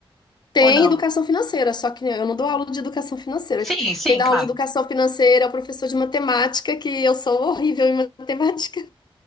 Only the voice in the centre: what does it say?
Ou não?
Sim, sim,
claro.